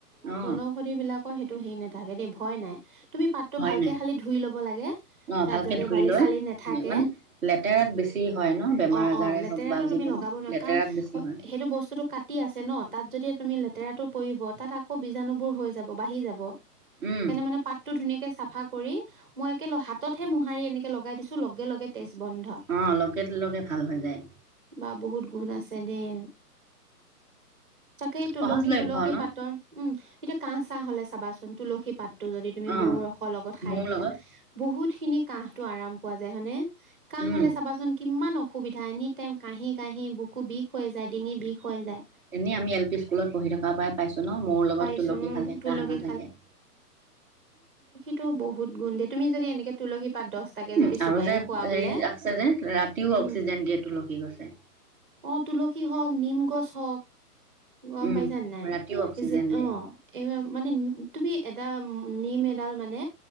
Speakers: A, in the centre; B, on the right.
A: অ
B: বনৌষধি বিলাকৰ সেইটো হেৰি নাথাকে দেই ভয় নাই তুমি পাতটো
A: হয়
B: ভালকে
A: নাই
B: খালী ধুই ল <inaudible> লাগে
A: অ'
B: তাত
A: ভালকে
B: যাতে
A: ধুইলৈ
B: বালি চালি নাথাকে
A: মানে লেতেৰাত বেছি হয় ন বেমাৰ
B: অ
A: আজাৰে
B: অ লেতেৰাটো
A: হওক বা
B: তুমি
A: যিকোনো
B: লগাব নোৱাৰা
A: লেতেৰাত
B: কাৰণ
A: বেছি হয়
B: সেইটো বস্তুতটো কাটি আছে ন তাত যদি তুমি লেতেৰাটো পৰিব তাত আকৌ বীজাণুবোৰ হৈ যাব বাঢ়ি যাব
A: উম
B: সেইকাৰণে মানে পাতটো ধুনীয়াকে চ চাফা কৰি মই একে ল হাততহে মোহাৰি এনেকে লগাই দিছো লগে লগে তেজ বন্ধ
A: অ' লগে লগে ভাল হৈ যায়
B: বা বহুত গুণ আছে দেই তাকেই তুলসী
A: সহজলভ্য
B: চুলসী
A: ন
B: পাতৰ উম। এতিয়া কাঁহ চাহ হলে চাবাচোন তুলসী পাত যদি তুমি
A: অ
B: মৌ ৰসৰ লগত খাই
A: মোৰ
B: দিয়া
A: লগত
B: বহুত খিনি কাহ তটো আৰাম পোৱা যায় হয়নে? কাহ
A: উম
B: হলে চাবাচোন কিমান অসুবিধা এনি টাইম কাহি কাহি বুকু বিষ হৈ যায় ডিঙি বিষ হৈ যায়
A: এনেই আমি এল পি স্কুলত পঢ়ি থকাৰ পৰাই পাইছো ন মৌৰ লগত
B: পাইছো
A: তুলসী
B: উম
A: খালে
B: তুলসী
A: কাহ নাথাকে।
B: ত বহুত গুণ দেই তুমি যদি এনেক তুলসী পাত দহটাকে
A: উম
B: যদি চুবাইও
A: আৰু যে
B: খোৱা বোলে
A: হেৰি আছে যে ৰাতিও
B: উম
A: অক্সিজেন দিয়ে তুলসী গছে
B: অ তুলসী হওক নিম গছ হওক গম
A: উম
B: পাইছা নাই
A: ৰাতিও অক্সিজেন
B: যে
A: দিয়ে
B: অ' এইবাৰ মানে তুমি এডাল নিম এডাল মানে